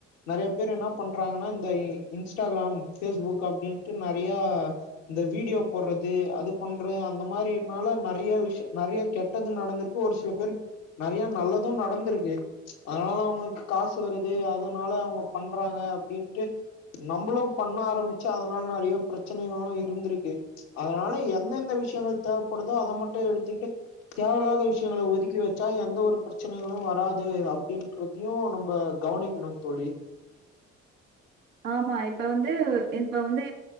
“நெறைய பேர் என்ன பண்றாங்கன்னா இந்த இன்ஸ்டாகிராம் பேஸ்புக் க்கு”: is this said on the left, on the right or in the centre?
Left